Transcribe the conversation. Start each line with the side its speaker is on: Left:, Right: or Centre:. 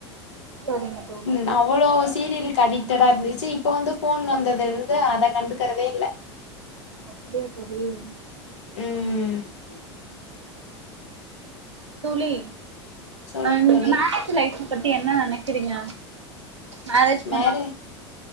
Right: சரிங்க தோழி
Left: உம் அவளோ சீரிலுக்கு கடிக்டடா இருந்துச்சு இப்ப வந்து போன் வந்ததுல இருந்து அத கண்டுக்கறதே இல்ல
Right: அப்படியா தோழி ம்
Left: ம்
Right: சரிங்க தோழி
Left: சொல்லுங்க
Right: அஹ் நீங்க
Left: தோழி
Right: மேரேஜ் லைஃப்பு பத்தி என்ன நனைக்கிறீங்க மேரேஜ் பண்ணா
Left: மேரே